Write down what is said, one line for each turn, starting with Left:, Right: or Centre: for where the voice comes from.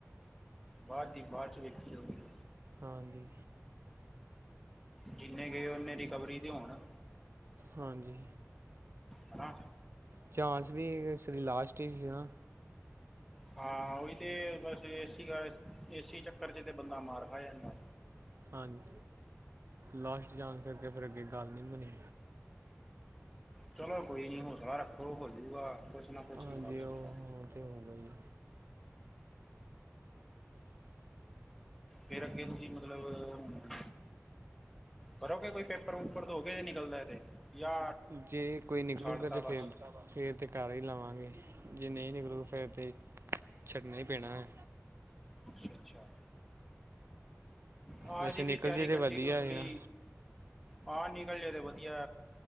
Centre: ਬਾਅਦ ਦੀ, ਬਾਅਦ ਚ ਵੇਖੀ ਜਾਊਗੀ
Right: ਹਾਂਜੀ
Centre: ਜਿੰਨੇ ਗਏ, ਓਨੇ ਰਿਕਵਰੀ ਤੇ ਹੋਣ
Right: ਹਾਂਜੀ
Centre: ਹਨਾ
Right: ਚਾਂਸ ਵੀ, ਇਸ ਲੀ ਲਾਸਟ, ਹੀ ਸੀ ਨਾ
Centre: ਹਾਂ ਉਹੀ ਤੇ, ਬਸ ਏ ਏਸੀ ਚੱਕਰ ਚ ਤੇ, ਬੰਦਾ ਮਾਰ ਖਾ ਜਾਂਦਾ।
Right: ਹਾਂਜੀ, ਲਾਸਟ ਚਾਸ ਕਰਕੇ, ਫਿਰ ਅੱਗੇ ਗੱਲ ਨਹੀਂ, ਬਣੀ
Centre: ਚਲੋ, ਕੋਈ ਨਈ ਹੌਸਲਾ ਰੱਖੋ, ਹੋ ਜਉਗਾ ਕੁਛ, ਨਾ ਕੁਛ
Right: ਹਾਂਜੀ,
Centre: ਹੀਲਾ ਵਸੀਲਾ
Right: ਉ ਓ ਤਾਂ ਹੋਗਾ ਈ
Centre: ਮੇਰਾ, ਕਿਹੋ ਜੀ ਮਤਲਬ ਕਰੋਗੇ, ਕੋਈ ਪੇਪਰ ਪੁਪਰ ਦੌ ਕੇ ਨਿਕਲਦਾ, ਇ ਤੇ ਜਾਂ
Right: ਜੇ ਕੋਈ ਨਿਕਲੂਗਾ,
Centre: ਛੱਡ
Right: ਤੇ
Centre: ਤਾ ਬਸ
Right: ਫਿਰ ਫੇਰ ਤੇ ਕਰ ਹੀ ਲਵਾਂਗੇ, ਜੇ ਨਹੀਂ ਨਿਕਲੂ, ਫੇਰ ਤੇ ਛੱਡਣਾ ਹੀ ਪੈਣਾ ਏ
Centre: ਅੱਛਾ ਅੱਛਾ। ਹਾਂ,
Right: ਵੈਸੇ
Centre: ਏ ਦੀ
Right: ਨਿਕਲ
Centre: ਵੀ ਤਿਆਰੀ,
Right: ਜੇ ਤਾਂ
Centre: ਕੰਟੀਨਿਊ
Right: ਵਧੀਆ
Centre: ਸੁਣੀ,?
Right: ਆ
Centre: ਹਹ ਨਿਕਲ ਜ ਤੇ ਵਧੀਆ